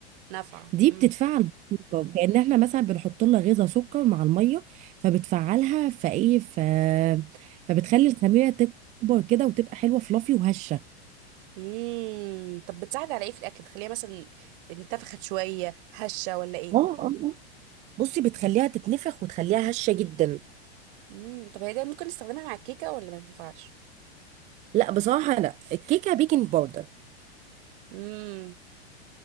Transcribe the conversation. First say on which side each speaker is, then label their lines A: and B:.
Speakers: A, on the right; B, on the right.
A: نافعة
B: دي
A: امم
B: بتتفعل بالسكر كأن احنا مثلا بنحط لها غيزة سكر مع المية فبتفعلها فايه ف... فبتخلي الخميرة تكبر كده وتبقى حلوة فلافي وهشة
A: امم طب بتساعد على ايه في الاكل تخليها مثلا انتفخت شوية هشة ولا ايه
B: اه اه آه. بصي بتخليها تتنفخ وتخليها هشة جدا
A: امم طب هي ده ممكن نستخدمها مع الكيكة ولا ما ينفعش
B: لا بصراحة لا الكيكة بيكنج باودر
A: امم